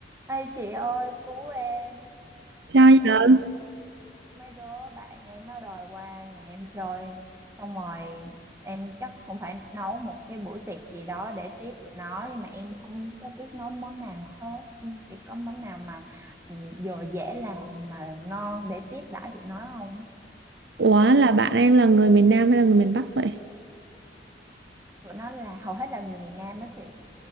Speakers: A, on the right; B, on the right.
A: Ê chị ơi cứu em
B: Sao
A: Tuần này
B: giờ?
A: mấy đứa bạn em nó đòi qua nhà em chơi Xong rồi em chắc cũng phải nấu một cái buổi tiệc gì đó để tiếp tụi nó Nhưng mà em không có biết nấu món nào hết Chị có món nào mà ừ, vừa dễ làm mà ngon để tiếp đãi tụi nó không?
B: Ủa là bạn em là người miền Nam hay là người miền Bắc vậy?
A: Tụi nó là hầu hết là người miền Nam á chị